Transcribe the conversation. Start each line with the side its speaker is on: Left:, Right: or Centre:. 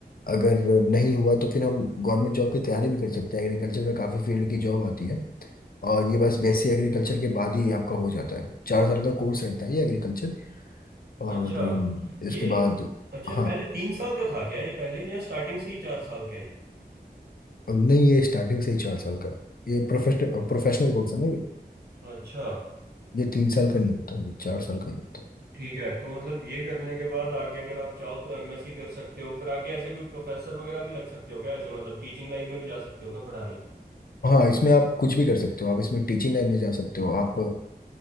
Left: अगर नहीं हुआ तो फिर हम गवर्नमेंट जॉब की तैयारी भी कर सकते हैं एग्रीकल्चर में काफ़ी फील्ड की जॉब आती है और ये बस बेसिक एग्रीकल्चर के बाद ही आपका हो जाता है चार साल का कोर्स रहता है ये एग्रीकल्चर और
Right: अच्छा
Left: अम, इसके
Right: ये
Left: बाद
Right: अच्छा
Left: हाँ
Right: पहले तीन साल का था क्या ये पहले या स्टार्टिंग से ही चार साल का है ये
Left: अब नहीं ये स्टार्टिंग से ही चार साल का है। ये प्रोफेशनल प्रोफेशनल कोर्स है ना ये
Right: अच्छा
Left: ये तीन साल का नहीं होता ये चार साल का ही होता है
Right: ठीक है तो मतलब ये करने के बाद आगे अगर आप चाहो तो एमएससी कर सकते हो फिर आगे ऐसे कोई प्रोफेसर वगैरह भी लग सकते हो क्या ऐसे मतलब टीचिंग लाइन में भी जा सकते हो क्या पढ़ाने
Left: हाँ इसमें आप कुछ भी कर सकते हो आप इसमें टीचिंग लाइन में जा सकते हो आप